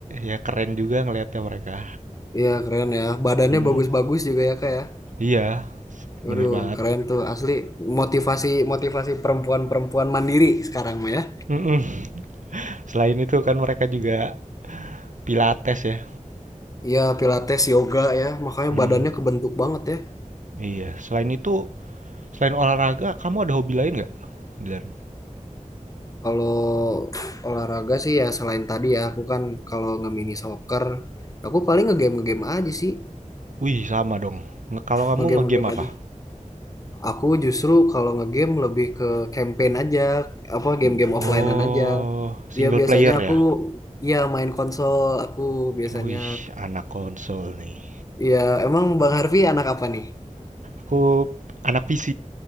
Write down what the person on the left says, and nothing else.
Iya, keren ya. Badannya
bagus-bagus juga ya, Kak ya.
Waduh,
keren tuh asli motivasi motivasi perempuan-perempuan mandiri sekarang mah ya.
Iya, pilates, yoga ya, makanya
badannya kebentuk banget ya.
Kalau olahraga sih ya selain tadi ya, aku kan kalau nge-mini soccer, aku paling nge-game nge-game aja sih,
nge-game
nge-game
aja. Aku justru kalau nge-game lebih ke campaign aja, apa game-game
offline-an aja.
Ya biasanya
aku ya main konsol, aku biasanya.
Ya, emang Bang Harvey anak apa nih?